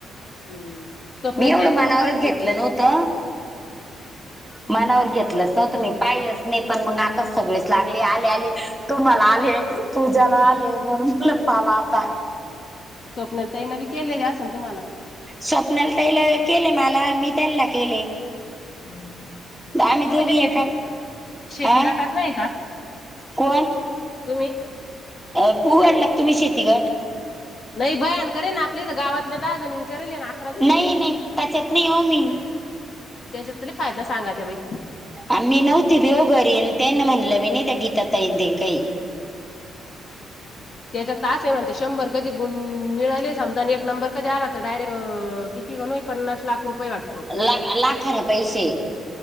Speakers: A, on the left; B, in the centre.
A: हम्म स्वप्नेल
B: मी एवढं
A: ताईला
B: मनावरच
A: करून पाहिजे
B: घेतलं
A: ना
B: नव्हतं. मनावर घेतलंच नव्हत मी पाहिलंच नाही पण मग आताच सगळेच लागले आले आले. तू मला आले तूज्याला आले म्हणून तु लपपाला आता.
A: स्वप्नालीतईनाी केलेले असे ना तुम्हाला.
B: स्वप्नाला ताईला त्याला केले मला मी त्यांना केले.
A: हम्म.
B: आम्ही
A: तुम्ही
B: दोघी
A: त्या शेती
B: एकात
A: शेती
B: आ.
A: गटात नाही का
B: कोण.
A: तुम्ही.
B: उघडला का तुम्ही शेतीगट
A: नाही बयान करे ना आपले तर गावातल्या दहाजणी करेल मग
B: नाही नाही त्याच्यात नाही हो मी.
A: त्याच्यात तरी फायदा सांगा त्या बाई.
B: आम्ही नव्हती बेवघरी आणि त्यांना म्हणलं भ नाही त्या गीता ताईन ते काही. <inaudible>
A: त्याच्या तास आहे म्हणत शंभर कधी गुण मिळाले समजा आणि एक नंबर कधी आला तर डायरेक्ट. तीनो पन्नास लाख रुपये वाटतं
B: ला लाखर पैसे.